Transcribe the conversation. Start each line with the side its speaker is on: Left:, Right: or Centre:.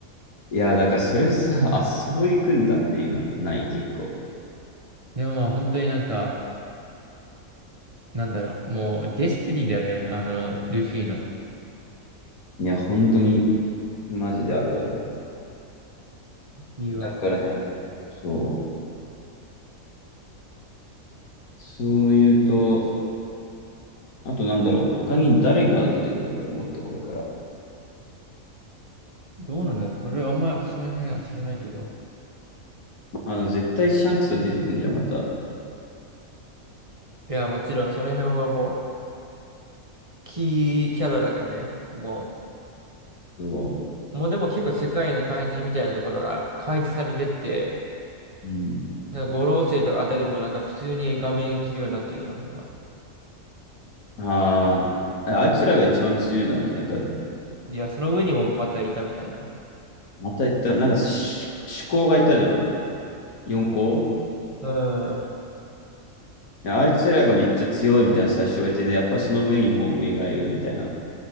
Left: う。いや、だからそれさ、あ、そういくんだっていうのはない、結構。
Right: でもまあ本当になんか、なんだろう、もうデスティニーだよね、あの、ルフィの。
Left: いや、本当に。マジであるわ。
Right: いや、
Left: だからね、そう。そういうと、あとなんだろう、他に誰が出てくるんだろう、もっとこれから。
Right: どうなんだろう、それはあんまその辺は知らないけど。
Left: あの、絶対シャンクスは出てくるんじゃん、また。
Right: いや、もちろんその辺はもう、キーキャラだからね。も
Left: そ
Right: う、もうでも結構世界の怪人みたいなところが開示されてって、
Left: う。うん。
Right: なんか五老星とかあたりもなんか普通に画面映るようになってるじゃん、今。
Left: あーあ、あいつらが一番強いんだっけなんか、
Right: いや、その上にもまたいたみたいな。
Left: また言った、なんかさ、し主攻がいたじゃん。四校。
Right: うん。
Left: いやあいつらがめっちゃ強いみたいな最初言われて、で、やっぱその上にも上がいるみたいな。